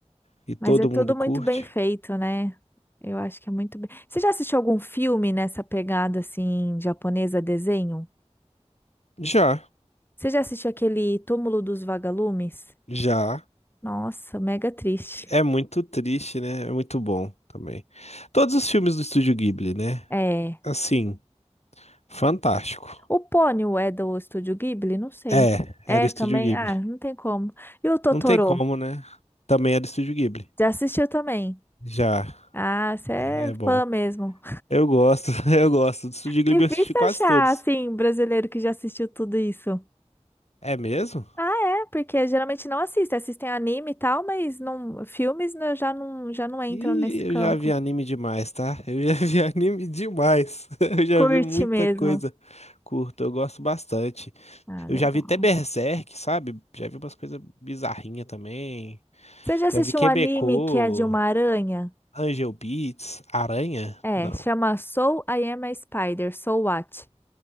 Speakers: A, on the left; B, on the left.
A: E todo
B: Mas é tudo
A: mundo
B: muito
A: curte.
B: bem feito, né? Eu acho que é muito bem. Você já assistiu algum filme nessa pegada assim japonesa desenho?
A: Já,
B: Você já assistiu aquele Túmulo dos Vagalumes?
A: já.
B: Nossa, mega triste.
A: É muito triste, né? É muito bom também. Todos os filmes do Estúdio Ghibli, né?
B: É.
A: Assim. Fantástico.
B: O Pônio é do Estúdio Ghibli? Não sei.
A: É,
B: É
A: era Estúdio
B: também?
A: Ghibli.
B: Ah, não tem como. E o Totoro?
A: Não tem como, né? Também era Estúdio Ghibli.
B: Já assistiu também?
A: Já,
B: Ah, você é
A: é bom.
B: fã mesmo.
A: Eu gosto, <laughs> eu gosto. Do Estúdio Ghibli
B: Difícil
A: eu assisti quase
B: achar,
A: todos.
B: assim, um brasileiro que já assistiu tudo isso.
A: É mesmo?
B: Ah, é, porque geralmente não assiste. assistem anime e tal, mas não, filmes né, já não, já não entram
A: Ih,
B: nesse campo.
A: eu já vi anime demais, tá? Eu já <laughs> vi anime demais. <laughs> Eu já
B: Curte
A: vi muita
B: mesmo.
A: coisa curta, eu gosto bastante.
B: Ah,
A: Eu
B: legal.
A: já vi até Berserk, sabe? Já vi umas coisas bizarrinhas também.
B: Você já assistiu
A: Já vi Quebecô,
B: um anime que é de uma aranha?
A: Angel Beats, Aranha?
B: É,
A: Não.
B: chama Soul I Am a Spider, Soul What?